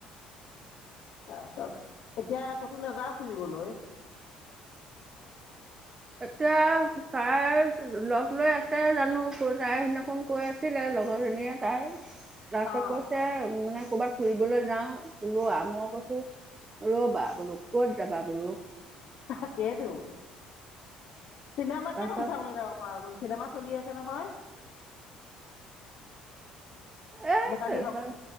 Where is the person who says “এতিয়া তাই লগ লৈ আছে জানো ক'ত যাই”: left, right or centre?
Right